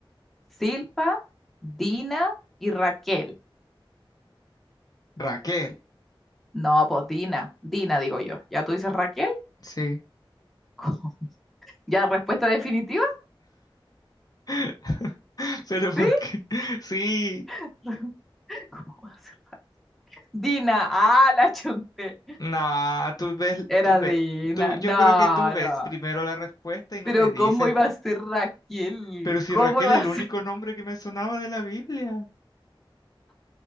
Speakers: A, in the centre; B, on the left.
A: Silpa, Dina y Raquel.
B: Raquel.
A: No, pues Dina, Dina digo yo. ¿Ya tú dices Raquel?
B: Sí.
A: ¿Cómo? ¿Ya respuesta definitiva?
B: <laughs> Pero ¿por
A: ¿Sí?
B: qué? Sí.
A: <laughs> ¿Cómo va a ser? Dina, ah, la chunté.
B: Nah, tú ves,
A: Era
B: tú ves,
A: Dina.
B: tú, yo
A: No,
B: creo que tú ves
A: no.
B: primero la respuesta y no
A: Pero
B: me dices.
A: ¿cómo iba a ser Raquel?
B: Pero si
A: ¿Cómo
B: Raquel
A: iba
B: es
A: a
B: el
A: ser?
B: único nombre que me sonaba de la Biblia.